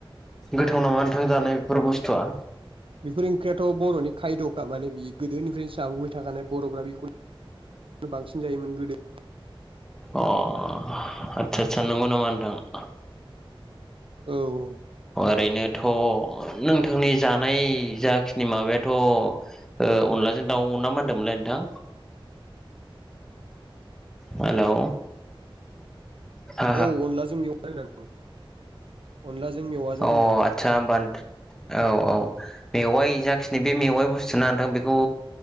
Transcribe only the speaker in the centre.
गोथाव नामा नोंथां जानाय बेफोर बुस्थुआ?
अ आत्सा आतसा नंगौ नामा नोंथां?
ओरैनोथ' नोंथांनि जानाय जाखिनि माबायाथ' ओ अनलाजों दाउ ना मा होनदोंमोनलाय नोंथां?
हेलौ हो अ
अ
आदसा होमबा नों औ औ मेवाइ जाखिनि बे मेवाइ बुस्थु ना नोंथां बेखौ